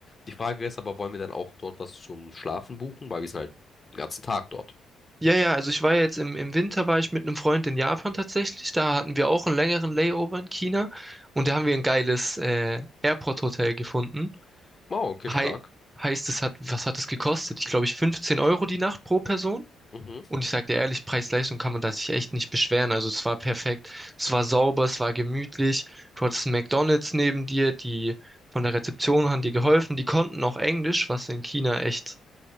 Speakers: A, on the left; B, on the right.
A: Die Frage ist aber, wollen wir dann auch dort was zum Schlafen buchen? Weil wir sind halt den ganzen Tag dort.
B: Ja, ja, also ich war ja jetzt im, im Winter, war ich mit einem Freund in Japan tatsächlich. Da hatten wir auch einen längeren Layover in China und da haben wir ein geiles äh, Airport-Hotel gefunden.
A: Wow, okay,
B: Hei
A: stark.
B: heißt, es hat, was hat es gekostet? Ich glaube, ich 15 Euro die Nacht pro Person.
A: Mhm.
B: Und ich sag dir ehrlich, Preis-Leistung kann man da sich echt nicht beschweren. Also es war perfekt, es war sauber, es war gemütlich. Du hattest einen McDonald's neben dir, die von der Rezeption haben dir geholfen. Die konnten auch Englisch, was in China echt